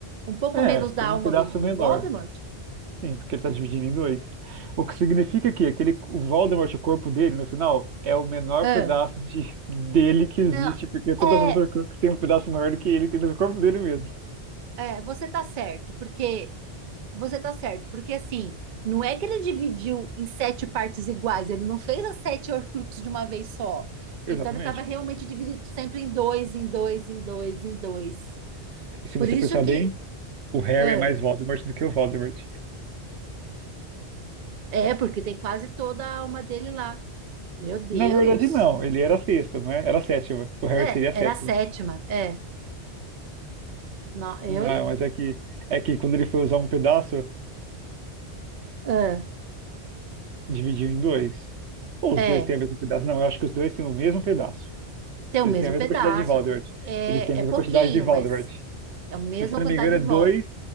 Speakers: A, on the right (about 50°); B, on the right (about 75°).
A: um pouco
B: É,
A: menos da
B: tem
A: alma
B: um pedaço
A: do, do
B: menor.
A: Voldemort?
B: Sim, porque ele tá dividindo em dois. O que significa que aquele, o Voldemort, o corpo dele, no final, é o menor
A: Ah,
B: pedaço de, <laughs> dele que existe,
A: não.
B: porque todas
A: É,
B: as Horcruxes têm um pedaço maior do que ele tem no corpo dele mesmo.
A: é, você tá certo, porque Você tá certo, porque assim, não é que ele dividiu em sete partes iguais, ele não fez as sete Horcruxes de uma vez só.
B: Exatamente.
A: Então ele estava realmente dividido sempre em dois, em dois, em dois, em dois.
B: E se
A: Por
B: você
A: isso
B: pensar
A: que
B: bem, o Harry
A: é,
B: é mais Voldemort do que o Voldemort.
A: é, porque tem quase toda a alma dele lá. Meu Deus.
B: Na verdade, não. Ele era a sexta, não é? Era a sétima. O Harry
A: É,
B: seria a sétima.
A: era a sétima. É, não, eu
B: Não,
A: e
B: mas é que, é que quando ele foi usar um pedaço,
A: é,
B: dividiu em dois. Ou os
A: é,
B: dois têm o mesmo pedaço? Não, eu acho que os dois têm o mesmo pedaço.
A: tem o
B: Eles
A: mesmo
B: têm a mesma
A: pedaço,
B: quantidade de Voldemort.
A: porque é,
B: Eles têm a mesma
A: é pouquinho,
B: quantidade de Voldemort.
A: mas é a mesma
B: E, se eu
A: quantidade
B: não me engano,
A: de
B: é
A: votos.
B: 2,